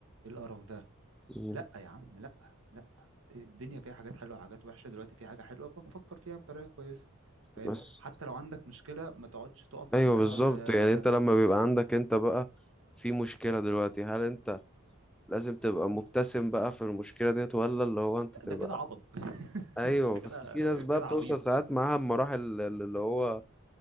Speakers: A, on the right; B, in the centre.
A: ايه القرف ده
B: مم.
A: لا يا عم لا لا الدنيا فيها حاجات حلوه وحاجات وحشه دلوقتي في حاجه حلوه فنفكر فيها بطريقه كويسه فاهم
B: بس
A: حتى لو عندك مشكله ما تقعدش تقف
B: ايوه
A: عندها
B: بالظبط
A: ويا
B: يعني انت لما بيبقى عندك انت بقى في مشكلة دلوقتي هل انت لازم تبقى مبتسم بقى في المشكلة ديت ولا اللي هو انت
A: إيه
B: تبقى
A: ده كده عبط <laughs>
B: ايوه
A: انت كده
B: بس في ناس بقى
A: كده
B: بتوصل
A: عبيط
B: ساعات معاها المراحل اللي هو